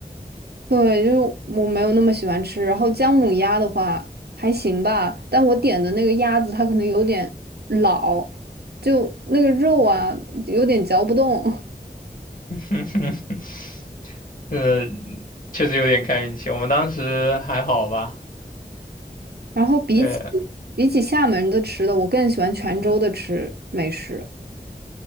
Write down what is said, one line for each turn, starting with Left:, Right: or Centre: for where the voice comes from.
Right: <laughs> 对，就是我没有那么喜欢吃。然后姜母鸭的话还行吧，但我点的那个鸭子它可能有点老，就那个肉啊有点嚼不动。
Left: <laughs> 呃，确实有点看运气，我们当时还好吧。
Right: <laughs> 然后比起
Left: 对
Right: 比起厦门的吃的，我更喜欢泉州的吃美食。